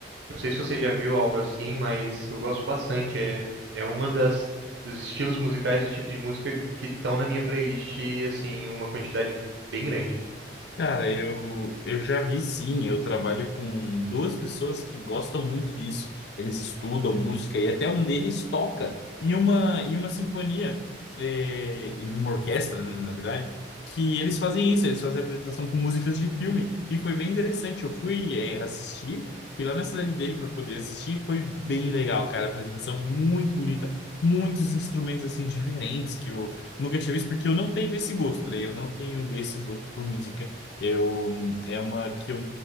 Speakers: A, on the right (about 75°); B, on the left (about 65°).
A: Não sei se você já viu algo assim, mas eu gosto bastante. É, é uma das dos estilos musicais e tipos de música que estão na minha playlist, assim, uma quantidade bem grande.
B: Cara, eu, eu já vi sim. Eu trabalho com duas pessoas que gostam muito disso. Eles estudam música e até um deles toca em uma, em uma sinfonia, eh, em uma orquestra, né, na verdade, que eles fazem isso. Eles fazem apresentação com músicas de filme. E foi bem interessante. Eu fui, eh, assistir, fui lá na cidade dele para poder assistir. e Foi bem legal, cara. A apresentação muito bonita. Muitos instrumentos assim diferentes que eu nunca tinha visto, porque eu não tenho esse gosto, né? Eu não tenho esse gosto por música eu, é uma que eu,